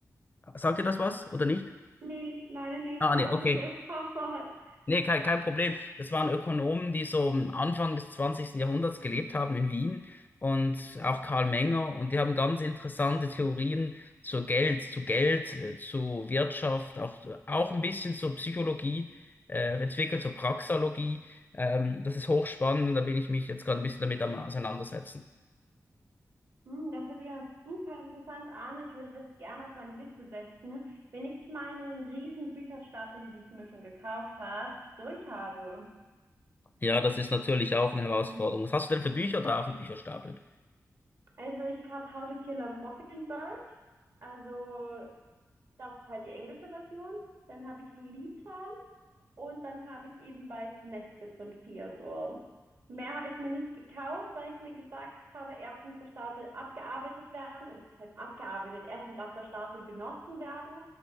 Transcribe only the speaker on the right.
Nee, leider nicht,
aber
bitte <laughs> fahr fort.
Hm, das hört sich ja super interessant an. Ich würde das gerne auf meine Liste setzen, wenn ich meinen riesen Bücherstapel, den ich mir schon gekauft habe, durch habe.
Mhm.
Also ich habe How to Kill a Mockingbird. Also das ist halt die englische Version. Dann habe ich Lolita. Und dann habe ich eben Weiße Nächte von Theodore. Mehr habe ich mir nicht gekauft, weil ich mir gesagt habe, erst muss der Stapel abgearbeitet werden, oder was heißt abgearbeitet, erstmal darf der Stapel genossen werden.